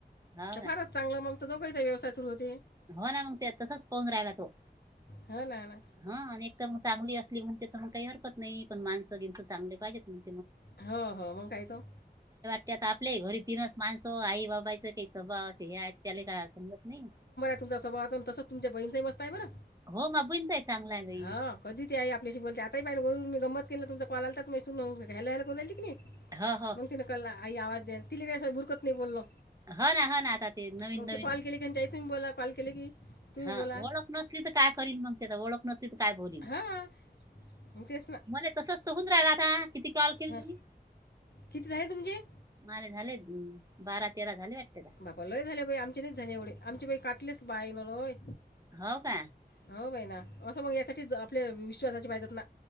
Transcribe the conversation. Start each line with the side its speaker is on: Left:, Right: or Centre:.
Right: हा
Left: <inaudible>
Right: काय
Left: फारच चांगला मग तर दोघांचा व्यवसाय सुरू होत.
Right: हो ना मग ते तसच पाहून राहिला तो.
Left: हो ना ना
Right: हा आणि एक तर मग चांगली असली म्हणते तर मग काही हरकत नाही पण माणसं बिनस चांगले पाहिजेत. नाही
Left: हो हो मग काय तो.
Right: तत्यात आता आपल्याही घरी तीनच माणस. आई बाबाचं काही सबाा अस हे त्याला काय समजत नाही. <inaudible>
Left: तुम सभाव असेन तसाच तुमच्या बहीण पाय बरे.
Right: हो माबूंचा आहे चांगला आहे बाई
Left: ह कधी ते आपल्याशी बोलते आ म्हणून मी गंमत केलेलं तुमचा कॉल आलात. सुन घ्यायला येईल बोलले की नाही
Right: हो हो
Left: मग ति ना कला. आई आवाज द्या तिला का असं भुरकत नाही बोललो.
Right: हा ना हा ना आता. ते नवीन
Left: मग ते कॉल केले की त्याही तुम्ही बोला कॉल केले की तुम्ही
Right: हा
Left: बोला
Right: ओळख नसली तर काय करन मग ते ओळख नस त काय ब
Left: हां मग तेच ना
Right: मला तसच त होून राहि किती काल केली
Left: हां
Right: तुम्ही?
Left: किती झाले तुमचे
Right: माझ झाले बारा तेरा झाले. वाटते आता.
Left: बापा लय झाले बाई. आमचे नाही झाले एवढे आमचेई काटलेच बाई ना लोय
Right: हो का?
Left: हो बहि ना असं मग यासाठीच आपल्या विश्वासाचे पाहिजे ना.